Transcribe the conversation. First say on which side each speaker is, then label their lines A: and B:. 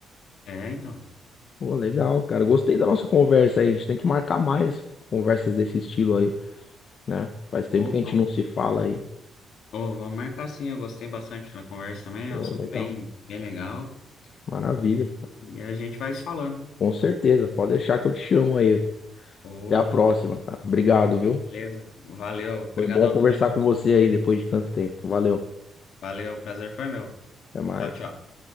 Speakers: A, on the left; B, on the left.
A: É, então.
B: Pô, legal, cara. Gostei da nossa conversa aí. A gente tem que marcar mais conversas desse estilo aí, né? Faz
A: Ô,
B: tempo que
A: vamos,
B: a gente não se fala aí.
A: ô, vamos marcar sim, eu gostei bastante da conversa também,
B: Pô,
A: é um assunto
B: legal.
A: bem, bem legal.
B: Maravilha.
A: E, e a gente vai se falando.
B: Com certeza. Pode deixar que eu te chamo aí.
A: Ô,
B: Até a próxima, cara. Obrigado, viu?
A: beleza. Valeu, obrigadão,
B: Foi bom conversar
A: tamo junto.
B: com você aí depois de tanto tempo. Valeu.
A: Valeu, prazer foi meu.
B: Até mais.
A: Tchau, tchau.